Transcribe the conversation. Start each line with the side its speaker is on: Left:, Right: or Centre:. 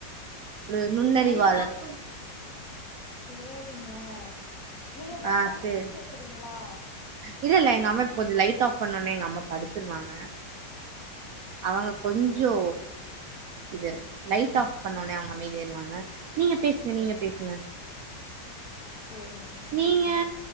Right: து ரு நுண்ணறிவாளர்
Left: சேர் சரிங்க நீங்க கொஞ்ச
Right: ஆ
Left: தள்ளி
Right: சேரி
Left: வந்து பேசுறீங்களா
Right: இல்ல இல்ல எங்க அம்மா இப்ப கொஞ்ச நைட் ஆப் பண்ணோனே எங்க அம்மா படுத்துருவாங்க அவங்க
Left: சேரிங்க
Right: கொஞ்சோ இது லைட் ஆஃப் பண்ணோனே அவங்க அமைதியாய்ருவாங்க நீங்க பேசுங்க நீங்க பேசுங்க
Left: சரிங்க
Right: நீங்க
Left: சொல்லுங்